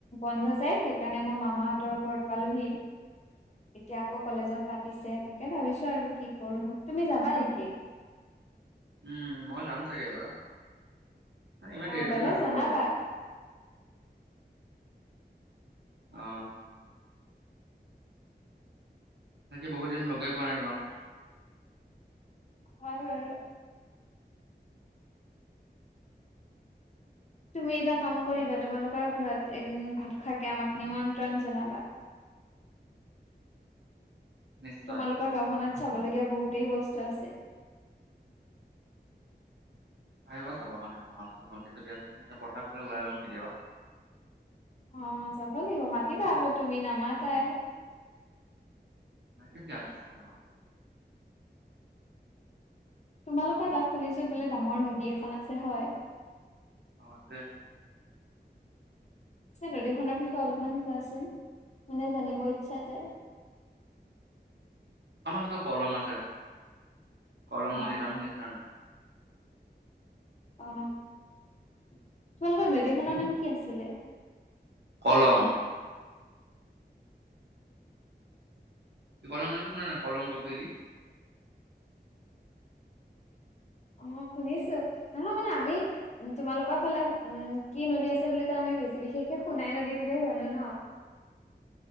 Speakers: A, on the left (about 40°); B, on the right (about 85°).
A: বন্ধ যে সেইকাৰণে মই মামাহঁতৰ ঘৰত পালোহি।
B: <inaudible>
A: এতিয়া আকৌ কলেজত পাতিছে, তাকে ভাবিছোঁ আৰু কি কৰোঁ, তুমি যাবা নেকি?
B: উম, মই যাম চাগে এবাৰ। মানে ইমান
A: অ
B: দেৰিলৈকে
A: গলে
B: নাথাকো
A: জনাবা
B: আৰু। অ' তাকে বহুত দিন লগে পোৱা নাই তোমাক।
A: হয় বাৰু তুমি এটা কাম কৰিবা, তোমালোকৰ ঘৰত এদিন ভাত খোৱাকে আমাক নিমন্ত্ৰণ জনাবা।
B: <inaudible> নিশ্চয়
A: তোমালোকৰ গাঁওখনত চাবলগীয়া বহুতেই বস্তু আছে।
B: আহিবা চাব কাৰণে আমাৰ ওচৰত নদী-চদী আছে তেনেকে পথাৰ চথাৰ ওলাই যাম কেতিয়াবা।
A: অ', যাব লাগিব। মাতিবা আকৌ তুমি নামাতাই।
B: মাতিম দিয়া নিশ্চয় তোমাক।
A: তোমালোকৰ তাত শুনিছোঁ বোলে ডাঙৰ নদী এখন আছে, হয়
B: অ, আছে।
A: পিছে নদীখনৰ বিষয়ে অলপমান কোৱাচোন মানে জানিব ইচ্ছা যায়।
B: আমাৰ ওচৰত কলং আছে। কলং
A: অ'।
B: নদীৰ নাম শুনিছিলা নে নাই
A: অ, তোমালোকৰ নদীখনৰ নাম কি আছিলে
B: কলং। কি কলং নদী শুনা নাই কলং কপিলি।
A: অ, শুনিছোঁ নহয় মানে আমি উম তোমালোকৰ ফালে উম কি নদী আছে বুলি ক'লা, আমি বেছি বিশেষকে সোণাই নদী বুলিয়ে জানো ন।
B: <inaudible>